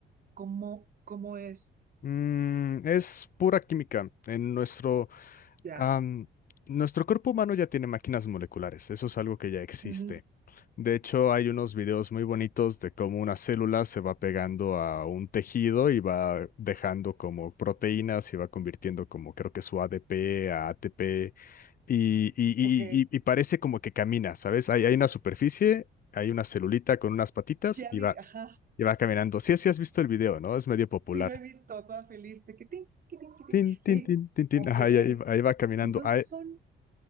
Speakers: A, on the right (about 45°); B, on the left (about 45°).
A: ¿Cómo, cómo es?
B: Mm, es pura química. En nuestro
A: Ya.
B: Am, nuestro cuerpo humano ya tiene máquinas moleculares, eso es algo que ya existe.
A: Ujú,
B: De hecho, hay unos videos muy bonitos de cómo una célula se va pegando a un tejido y va dejando como proteínas y va convirtiendo como creo que su ADP a ATP y, y-
A: Ok.
B: y- y- y parece como que camina, ¿sabes? Hay, hay una superficie, hay una celulita con unas patitas
A: Ya
B: y
A: vi,
B: va,
A: ajá,
B: y va caminando. Sí, sí has visto el video, ¿no? Es medio popular.
A: sí lo he visto, toda feliz, de que tin, que tin, que tin.
B: Tin,
A: Sí,
B: tin, tin, tin, tin.
A: ok.
B: Ajá, y ahí, ahí va caminando.
A: Entonces
B: Ah,
A: son,